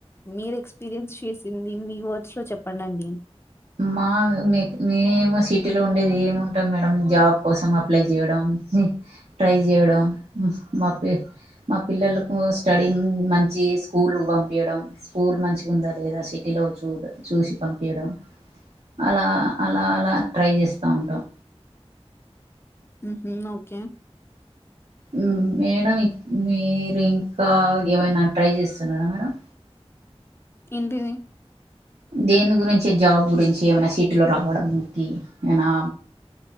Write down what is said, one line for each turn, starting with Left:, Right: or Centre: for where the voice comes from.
Left: మీరు ఎక్స్పీరియన్స్ చేసింది మీ ఓట్స్ లో చెప్పండిండి
Right: మా మేమో సిటీ లో ఉండేది ఏమింటాం మేడం జాబ్ కోసం అప్లై చేయడం ట్రై చేయడం మా ప్రయత్నం మా పిల్లలకు స్టడీ మంచి స్కూల్ పంపీయడం స్కూల్ మంచిగా స్కూలు ఉందా లేదా సిటీ లో చూ చూసి పంపీయడం అలా అలా అలా ట్రై చేస్తూ ఉంటాం
Left: హ్మ్ హు ఓకే
Right: మ్మ్ మేడం మీరు ఇంకా ఏమైనా ట్రై చేస్తున్నారా మేడం
Left: ఎంటిది
Right: దేని గురించి జాబ్ గురించి ఏమైనా సిటీలో రావడానికి ఏనా